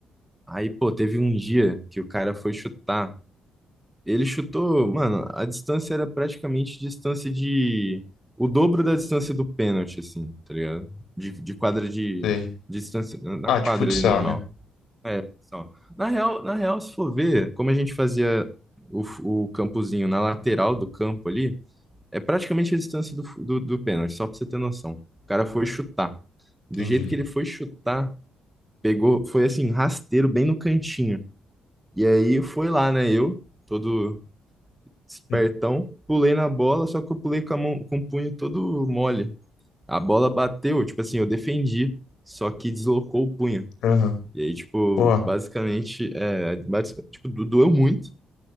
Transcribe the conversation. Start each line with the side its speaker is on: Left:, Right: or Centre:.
Centre: Aí, pô, teve um dia que o cara foi chutar. Ele chutou, mano, a distância era praticamente distância de. O dobro da distância do pênalti, assim, tá ligado? De, de quadra de.
Left: sei.
Centre: Distância. Na
Left: Ah,
Centre: quadra
Left: de futsal,
Centre: ali normal.
Left: né?
Centre: É, só. Na real, na real, se for ver, como a gente fazia o, f- o campozinho na lateral do campo ali, é praticamente a distância do, f- do, do pênalti, só pra você ter noção. O cara foi chutar. Do
Left: Entendi.
Centre: jeito que ele foi chutar, pegou, foi assim, rasteiro bem no cantinho. E aí foi lá, né? Eu, todo espertão,
Left: Hum,
Centre: pulei na bola, só que eu pulei com a mão, com o punho todo mole. A bola bateu, tipo assim, eu defendi, só que deslocou o punho.
Left: Aham,
Centre: E aí, tipo,
Left: pô,
Centre: basicamente, é, basic- tipo, do- doeu muito.